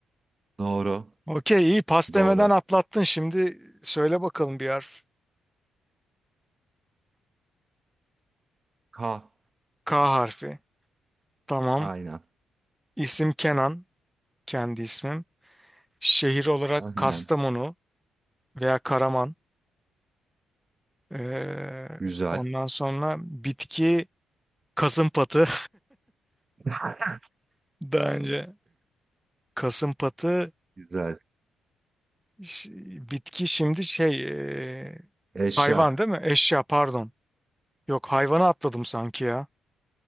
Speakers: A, on the right (about 25°); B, in the centre.
A: Doğru.
B: Okey iyi pas
A: Doğru.
B: demeden atlattın. Şimdi söyle bakalım bir harf.
A: K.
B: K harfi. Tamam.
A: Aynen.
B: İsim Kenan. Kendi ismim. Şehir olarak
A: Aynen.
B: Kastamonu veya Karaman. Ee,
A: Güzel.
B: ondan sonra bitki kasımpatı.
A: <laughs>
B: <laughs> Daha önce kasımpatı
A: Güzel.
B: ş- bitki şimdi şey ee,
A: Eşya.
B: hayvan değil mi? Eşya pardon. Yok hayvanı atladım sanki ya.